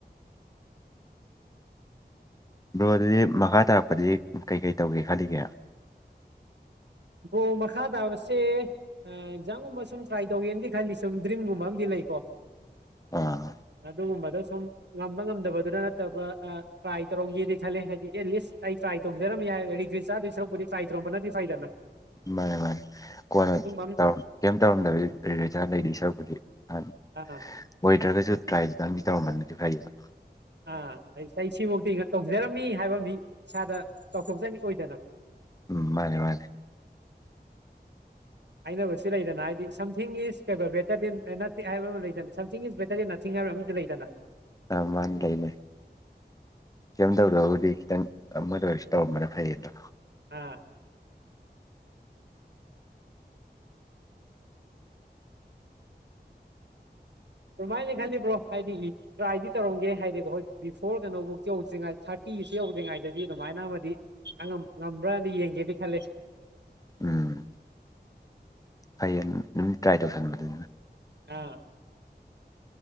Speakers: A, on the left (about 20°); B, on the right (about 80°).
A: ꯕ꯭ꯔꯣꯗꯨꯗꯤ ꯃꯈꯥ ꯇꯥꯔꯛꯄꯗꯤ ꯀꯩꯀꯩ ꯇꯧꯒꯦ ꯈꯜꯂꯤꯒꯦ
B: ꯑꯣ ꯃꯈꯥ ꯇꯥꯕꯁꯦ ꯑꯦꯛꯖꯥꯝꯒꯨꯝꯕ ꯁꯨꯝ ꯇ꯭ꯔꯥꯏ ꯇꯧꯒꯦꯅꯗꯤ ꯈꯜꯂꯤ ꯁꯨꯝ ꯗ꯭ꯔꯤꯝꯒꯨꯝꯕ ꯑꯝ ꯂꯩ
A: ꯑꯥ
B: ꯑꯗꯨꯨꯝꯕ ꯁꯨꯝ ꯉꯝꯕ ꯉꯝꯗꯕꯗꯨꯅ ꯅꯠꯇꯕ ꯇ꯭ꯔꯥꯏ ꯇꯧꯔꯝꯒꯦꯗꯤ ꯈꯜꯂꯦ ꯍꯥꯏꯗꯤ ꯑꯦꯠ ꯂꯤꯁ ꯑꯩ ꯇ꯭ꯔꯥꯏ ꯇꯧꯖꯔꯝꯃꯦ ꯥꯕꯨ ꯐꯥꯏ ꯇ ꯔꯣꯝꯕꯕ ꯅꯗꯤ ꯐꯥꯏ ꯇꯗꯅ
A: ꯃꯥꯅꯤ ꯃꯥꯅꯤ ꯀꯣꯟꯅ
B: ꯑꯃ
A: ꯀꯩꯝ ꯇꯧꯔꯝꯗꯕꯖꯥꯔ ꯂꯩꯔꯤ ꯁꯔꯨꯛꯄꯨꯗꯤ ꯑꯣꯏꯗ꯭ꯔꯒꯁꯨ
B: ꯑꯥ
A: ꯇ꯭ꯔꯥꯏꯗꯨꯗꯪꯗꯤ ꯇꯧꯔꯝꯕꯅꯗꯤ ꯐꯩꯌꯦꯕ
B: ꯑꯥ ꯑꯩ ꯑꯩ ꯁꯤꯐꯧꯗꯤꯤ ꯇꯧꯖꯔꯝꯅꯤ ꯍꯥꯏꯕꯝꯗꯤ ꯏꯁꯥꯗ ꯆꯥꯎꯊꯣꯛꯆꯅꯤ ꯑꯣꯏꯗꯅ
A: ꯎꯝ ꯃꯥꯅꯤꯦ ꯃꯥꯅꯤꯦ
B: ꯑꯩꯅꯕꯨ ꯁꯤ ꯂꯩꯗꯅ ꯍꯥꯏꯗꯤ ꯁꯝꯊꯤꯡ ꯏꯁ ꯀꯩꯅꯣ ꯕꯦꯇꯔ ꯗꯦꯟ ꯑꯦꯅꯥꯊꯤꯡ ꯍꯥꯏꯕ ꯑꯃ ꯂꯩꯗꯅ ꯁꯝꯊꯤꯡ ꯏꯁ ꯕꯦꯇꯔꯗꯤ ꯅ ꯆꯤꯡ ꯍꯥꯏꯕ ꯑꯝꯇ ꯂꯩꯗꯅ
A: ꯑ ꯃꯥꯅ ꯂꯩ ꯂꯩꯅꯦ ꯁꯦꯝꯗꯧꯗꯕꯨꯗꯤ ꯈꯤꯇꯪ ꯑꯃꯗ ꯑꯣꯏꯔꯁꯨ ꯇꯧꯔꯝꯕꯅ ꯐꯩꯌꯦ ꯑꯗꯣ
B: ꯑꯥ ꯑꯗꯨꯃꯥꯏꯅ ꯈꯜꯂꯤꯕ꯭ꯔꯣ ꯍꯥꯏꯗꯤ ꯇ꯭ꯔꯥꯏꯗꯤ ꯇꯧꯔꯝꯒꯦ ꯍꯥꯏꯗꯤꯀꯣ ꯍꯣꯏ ꯕꯤꯐꯣꯔ ꯀꯩꯅꯕꯨꯧ ꯌꯧꯗ꯭ꯔꯤꯉꯩꯗ ꯊꯥꯔꯇꯤ ꯐꯁꯤ ꯌꯧꯗ꯭ꯔꯤꯉꯩꯗꯗꯤ ꯑꯗꯨꯃꯥꯏꯅ ꯑꯃꯗꯤ ꯉꯝꯕ꯭ꯔꯅ ꯌꯦꯡꯒꯦꯗꯤ ꯈꯂꯦ
A: ꯎꯝ ꯐꯩꯌꯦ ꯑꯗꯨꯝ ꯇ꯭ꯔꯥꯏ ꯇꯧꯁꯟꯕꯗꯨꯅ
B: ꯑꯥ